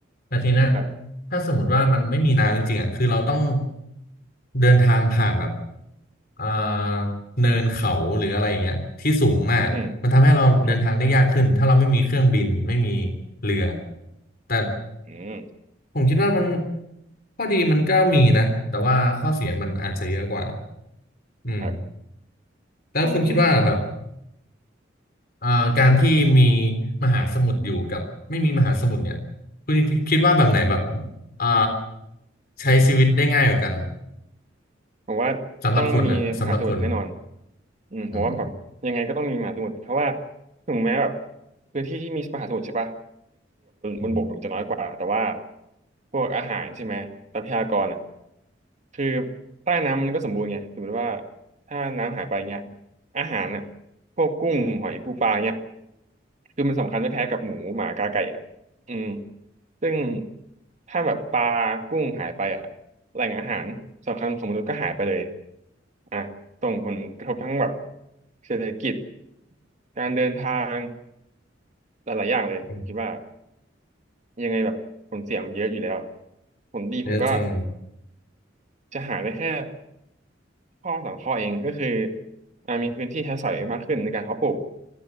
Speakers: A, on the left (about 55°); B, on the right (about 40°).
A: แต่ทีเนี้ย
B: ครับ
A: ถ้าสมมติว่ามันไม่มีน้ำจริงๆอะคือเราต้องเดินทางผ่านแบบเอ่อเนินเขาหรืออะไรอย่างเงี้ยที่สูงมากมันทำให้เราเดินทางได้ยากขึ้นถ้าเราไม่มีเครื่องบินไม่มี
B: อืมครับ
A: เรือแต่
B: อืม
A: ผมคิดว่ามันข้อดีมันก็มีนะแต่ว่าข้อเสียมันอาจจะเยอะกว่าอืม
B: ครับ
A: แล้วคุณคิดว่าแบบ
B: อืมอืมอืม
A: เอ่อการที่มีมหาสมุทรอยู่กับไม่มีมหาสมุทรเนี่ยคุณคิดว่าแบบไหนแบบเอ่อใช้ชีวิตได้ง่ายกว่ากัน
B: ผมว่าต้องมีมหาสมุทรแน่นอน
A: สำหรับคุณอ่ะสำหรับคุณ
B: อืมผมว่าแบบยังไงก็ต้องมีมหาสมุทรเพราะว่า
A: อืม
B: ถึงแม้แบบพื้นที่ที่มีมหาสมุทรใช่ปะ
A: อืม
B: มันบกมันจะน้อยกว่าแต่ว่าพวกอาหารใช่ไหมทรัพยากรอ่ะคือใต้น้ำมันก็สมบูรณ์ไงสมมติว่าถ้าน้ำหายไปเงี้ยอาหารอ่ะพวกกุ้งหอยปูปลาเงี้ยคือมันสำคัญไม่แพ้กับหมูหมากาไก่อ่ะอืมซึ่งถ้าแบบปลากุ้งหายไปอ่ะแหล่งอาหารสำคัญของมนุษย์ก็หายไปเลยอ่ะส่งผลกระทบทั้งแบบเศรษฐกิจการเดินทางหลายๆอย่างเลยผมคิดว่า
A: อืม
B: ยังไงแบบผลเสียมันเยอะอยู่แล้วผลดีผมก็
A: เยอะจริง
B: จะหาได้แค่ข้อสองข้อเองก็คืออ่ามีพื้นที่ใช้สอยมากขึ้นในการเพาะปลูก